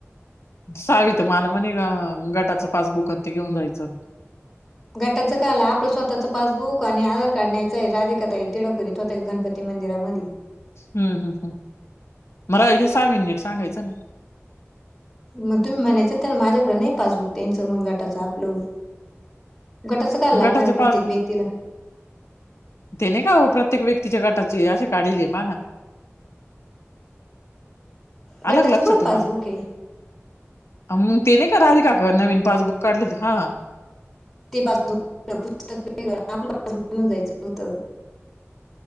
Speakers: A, on the left (about 65°); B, in the centre.
A: सावी तर माला म्हणे ग गटाचं पासबुक न ते घेऊन जायचं.
B: गटाचं काहाला, आपलं स्वतःचं पासबुक आणि आधार कार्ड न्यायचं ए. राधिका ताई तिढं करीत होत्या गणपती मंदिरामधे.
A: हम्म हम् हम् <inaudible> सावि नी नीट सांगायचं ना.
B: म तुम्ही म्हणायचं तर माझ्याकड नाही पासबुक त्यांचं म गटाच आपलं. गटाचं कायला लागणार
A: गटाचे
B: ए प्रत्येक
A: पाच
B: व्यक्तीला?
A: ते नाई का हो प्रत्येक व्यक्तीच्या गटाचे अशे काढेले पा ना.
B: गटाचं
A: आलं का लक्षात
B: कुठं
A: तुम्हाला?
B: पासबुक आहे
A: म ते नाई का राधिका कड नवीन पासबुक काढले ते हा हा.
B: ते पासबक पुस्तक वेगळं आपलं पासबुक घेऊन जायचं होतं.